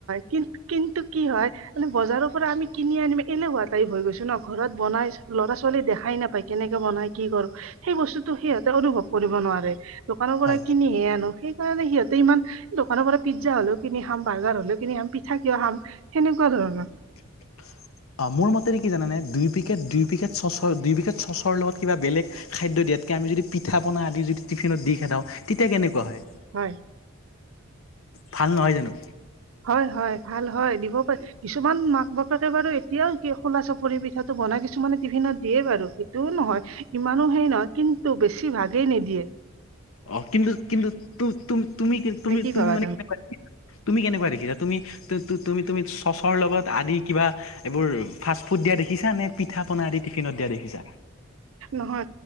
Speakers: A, on the right; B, on the left.
A: কিন কিন্তু কি হয় মানে বজাৰৰ পৰা আমি কিনি আনিম এলেহুৱা টাইপ হৈ গৈছো ন ঘৰত বনাই ল'ৰা ছোৱালী দেখাই নাপায় কেনেকে বনাই কি কৰো সেই বস্তুটো সিহঁতে অনুভৱ কৰিব নোৱাৰে দোকানৰ
B: হয়।
A: পৰা কিনিহে আনো। তাৰে সিহঁতে ইমান দোকানৰ পৰা পিজ্জা হলেও কিনি খাম বাৰ্গাৰ হলেও কিনি খাম পিঠা কিয় খাম। সেনেকুৱা ধৰণৰ।
B: <unintelligible> অ মোৰ মতেৰে কি জানানে দুই পকেট দুই পকেট চচৰ দুই পেকেট চচৰ লগত কিবা বেলেগ খাদ্য দিয়াতকে আমি যদি পিঠা পনা আদি যদি টিফিনত দি পঠাও তেতিয়া কেনেকুৱা হয়।
A: হয়।
B: ভাল নহয় জানো।
A: হয় হয় ভাল হয় দিব পাৰে কিছুমান মাক বাপে কে বাৰু এতিয়াও কি খোলা চাপৰি পিঠাটো বনাই কিছুমানে টিফিনত দিয়ে বাৰু সেইটোও নহয় ইমানো হেৰি নহয় কিন্তু বেছি ভাগেই নিদিয়ে
B: অ কিন্তু কিন্তু তুমি তুমি
A: নে কি
B: তুমি
A: ভাবা
B: মানে কেনেকৈ দিয়া তুমি কেনেকুৱা দেখিছা তুমি তুমি তুমি চচৰ লগত আদি কিবা এইবোৰ ফাষ্ট ফুড দিয়া দেখিছা নে পিঠা পনা আদি টিফিনত দিয়া দেখিছা
A: নহয়